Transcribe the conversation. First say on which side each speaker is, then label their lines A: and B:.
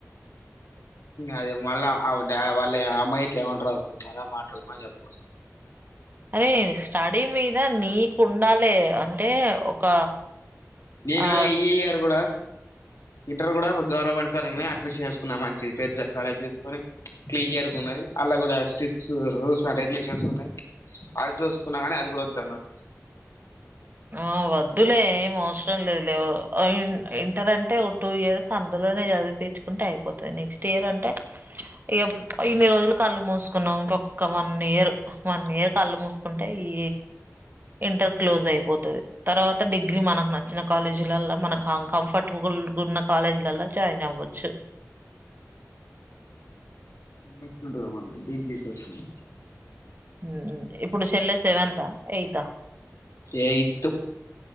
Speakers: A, on the left; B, on the right.
A: అది మళ్ళా వాళ్ళ అమ్మాయి ఇట్లు ఏమంటారో అప్పుడు మళ్ళా మాట్లాడుకోని చెప్పాలి
B: అరే స్టడీ మీద నీకు ఉండాలి అంటే ఒక
A: నేను
B: ఆ
A: ఇ ఇయర్ కూడా ఇంటర్ కూడా గవర్నమెంట్ కాలేజ్లోనే అడ్మిషన్ వేసుకున్నా మంచిది పెద్ద కాలేజ్ తీసుకొని క్లియర్గున్నాయి అలా కూడా స్ట్రిట్స్ రూల్స్ అ రెగ్యులేషన్స్ ఉన్నాయి అది చూసుకున్నా కానీ అది కూడా వద్దన్నారు
B: ఆ వద్దులే ఏం అవసరం లేదు లేవు ఇంటర్ అంటే ఒక టూ ఇయర్స్ అందులోనే చదివి తెచుకుంటే అయిపోతుది నెక్స్ట్ ఇయర్ అంటే ఇక ఇన్ని రోజులు కళ్ళు మూసుకున్నావ్ ఇంకొక్క వన్ ఇయర్ వన్ ఇయర్ కళ్ళు మూసు కుంటే ఈ ఇంటర్ క్లోజ్ అయిపో తది తర్వాత డిగ్రీ మనకు నచ్చిన కాలేజీలల్లా మనకు కంఫర్ట్బుల్ ఉన్న కాలేజ్లల్లో జాయిన్ అవ్వచ్చు
A: ఎట్లుంటదో మనకి ఫ్రీ సీట్ వచ్చింది
B: హుమ్ ఇప్పుడు చెల్లె సెవెంతా ఎయితా
A: ఎయీత్తు